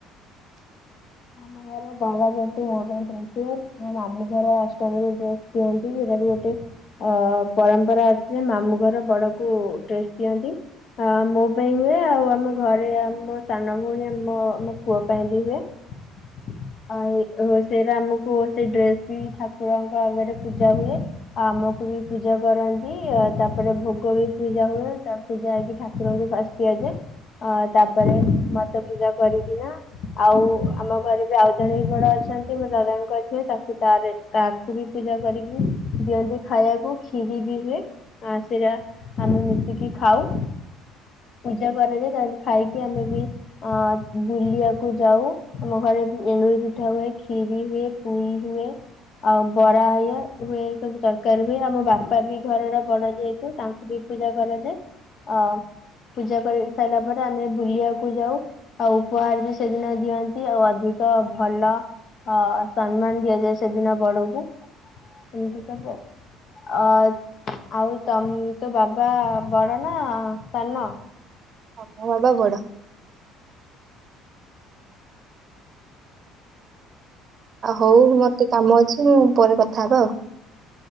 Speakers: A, on the left; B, on the right.
A: ଆମ ଘରେ ବଡ଼ ଯେହେତୁ ମୋ ପାଇଁ ଡ୍ରେସ ହୁଏ, ମୋ ମାମୁଁ ଘର ଅଷ୍ଟମିରେ ଡ୍ରେସ୍ ଦିଅନ୍ତି ର ଗୋଟେ ଅ ପରମ୍ପରା ଅଛି ଯେ, ମାମୁଁ ଘର ବଡକୁ ଡ୍ରେସ ଦିଅନ୍ତି । ଅ ମୋ ପାଇଁ ହୁଏ ଆଉ ଆମ ଘରେ ଆମ ସାନ ଭଉଣୀ ଆମ ଆମ ପୁଅ ପାଇଁ ବି ହୁଏ। <inaudible> ଆ ହେ ରୋଷେଇରେ ଆମକୁ ସେ ଡ୍ରେସ କିଣି ଠାକୁରଙ୍କ ଆଗରେ ପୂଜା ହୁଏ ଆ ତାଙ୍କୁ ବି ପୂଜା କରନ୍ତି ଆ ତାପରେ ଭୋଗ ବି ପୂଜା ହୁଏ ତା ପୂଜା ହେଇକି ଠାକୁରଙ୍କୁ ଫାର୍ଷ୍ଟ ଦିଆଯାଏ ଆ ତାପରେ ମତେ ପୂଜା କରିକି ନା ଆଉ ଆମ ଘରେ ବି ଆଉ ଜଣେ ବି ବଡ ଅଛନ୍ତି ମୋ ଦାଦାଙ୍କ ଝିଅ ତାକୁ ତାରେ ତାକୁ ବି ପୂଜା କରିକି ଦିଅନ୍ତି ଖାଇଆକୁ ଖିରି ବି ହୁଏ । ଆ ସେଇଟା ଆମେ ମିଶିକି ଖାଉ। ପୂଜା କରାଯାଏ ତାପରେ ଖାଇକି ଆମେ ବି ଆ ବୁଲିବାକୁ ଯାଉ। ଆମ ଘରେ ବି ଏଣ୍ଡୁରି ପିଠା ହୁଏ କ୍ଷୀରି ହୁଏ ପୁରି ହୁଏ। ଆଉ ବରା ହଏ ହୁଏ ଏସବୁ ତରକାରୀ ହୁଏ ଆମ ବାପା ବି ଘରର ବଡ ଯେହେତୁ ତାଙ୍କୁ ବି ପୂଜା କରାଯାଏ ଅ ପୂଜା କରି ସାରିଲା ପରେ ଆମେ ବୁଲିଆକୁ ଯାଉ ଆଉ ଉପହାର ବି ସେଦିନ ଦିଅ ଅଛି ଆଉ ଅଧିକ ଭଲ ଅ ସନ୍ମାନ ଦିଆଯାଏ ସେଦିନ ବଡଙ୍କୁ। ଏମିତି ସବୁ ଆଉ ଅ। ଆଉ ତମ ତୋ ବାବା ବଡ ନା ସାନ?
B: ହଁ ମୋ ବାବା ବଡ। ଆଉ ହଉ ମତେ କାମ ଅଛି ମୁଁ ପରେ କଥା ହବା ଆଉ ।